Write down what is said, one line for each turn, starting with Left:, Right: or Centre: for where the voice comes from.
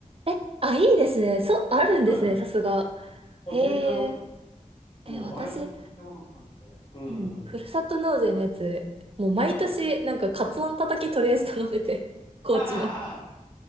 Right: え、あ、いいですね。そう、あるんですね、
Left: はい。
Right: さすが。
Left: あ、
Right: へ
Left: 全然ありますよ。
Right: え。
Left: そう、
Right: え、私、
Left: あれめっちゃうまかったですね。うんうん。
Right: うんふるさと納税のやつ、もう毎年、
Left: はい。
Right: なんか、カツオのたたきとりあえず頼んでて、<laughs> 高知の。
Left: <laughs>